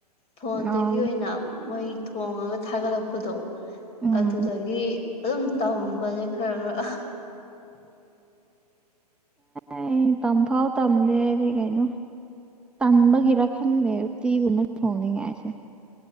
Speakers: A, on the left; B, in the centre.
A: ꯐꯣꯟꯗꯒꯤ
B: ꯑꯣ
A: ꯑꯣꯏꯅ ꯃꯣꯏ ꯊꯣꯡꯉꯒ ꯊꯥꯒꯠꯂꯛꯄꯗꯣ
B: ꯎꯝ
A: ꯑꯗꯨꯗꯒꯤ ꯑꯗꯨꯝ ꯇꯝꯕꯅꯦ ꯈꯔ ꯈ
B: ꯑꯦ ꯇꯝꯐꯥꯎ ꯇꯝꯗꯦꯗꯤ ꯀꯩꯅꯣ ꯇꯥꯟꯕꯒꯤꯔ ꯈꯪꯅꯦꯦ ꯇꯤꯒꯨꯝꯅ ꯊꯧꯅꯤꯉꯥꯏꯁꯦ